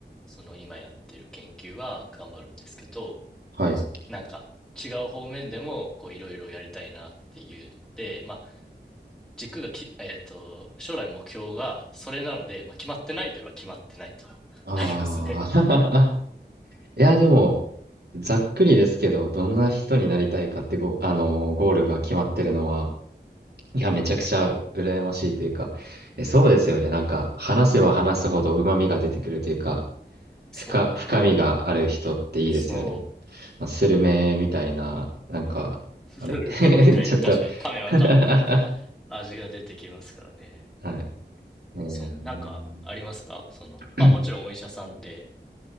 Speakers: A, in the centre; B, on the right.
A: その今やってる研究は頑張るんですけど、
B: あ、はい。
A: なんか違う方面でもこういろいろやりたいなっていうので、まあ軸がき、えっと、将来目標がそれなので、まあ決まってないといえば決まってないと <laughs>
B: ああ、
A: なりますね。
B: <laughs> いや、でも、ざっくりですけど、どんな人になりたいかってご、あのーゴールが決まってるのは、いや、
A: うんうん。
B: めちゃくちゃ羨ましいというか、え、そうですよね。なんか、話せば話すほど旨味が出てくるというか、深、
A: そうなんです。
B: 深みがある人っていいですよね。
A: そ
B: まあ、スルメみたいな、なんか、
A: う。
B: あれ
A: スルメみたいに、
B: <laughs> ちょっと
A: 確かに噛めば噛むほど
B: <laughs> は
A: 味が出てきますからね。
B: い。えー、
A: そう。なんかありますかその、
B: <clears throat>
A: まあもちろんお医者さんで、